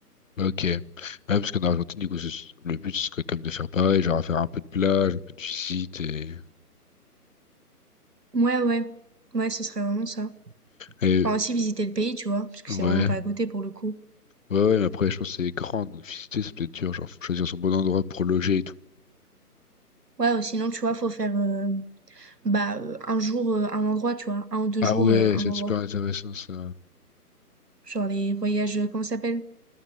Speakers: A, on the left; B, on the right.
A: Bah, Ok. Ouais, parce qu'en Argentine, du coup, ce- le but, ce serait comme de faire pareil, genre à faire un peu de plage, un peu de visite et...
B: vois. Ouais, ouais, ouais, ce serait vraiment ça.
A: et
B: Enfin, aussi visiter le pays, tu vois, parce que
A: ouais.
B: c'est vraiment pas à côté pour le coup.
A: Ouais, ouais, mais après, je pense que c'est grand, donc visiter, c'est peut-être dur, genre, faut choisir son bon endroit pour loger et tout.
B: Ouais, ou sinon, tu vois, faut faire euh, bah, euh, un jour, euh, un endroit, tu vois, un ou deux
A: Ah
B: jours,
A: ouais,
B: euh, un
A: c'est
B: endroit.
A: super intéressant, ça.
B: Genre les voyages, euh, comment ça s'appelle?